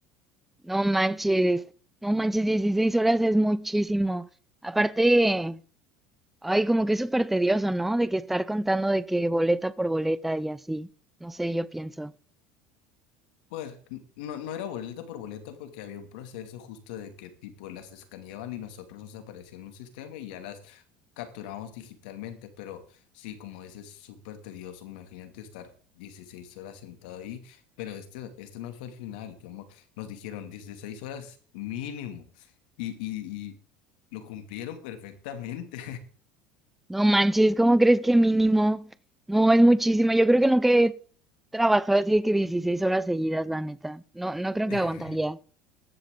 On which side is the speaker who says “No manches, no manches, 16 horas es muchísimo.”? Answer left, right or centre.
Centre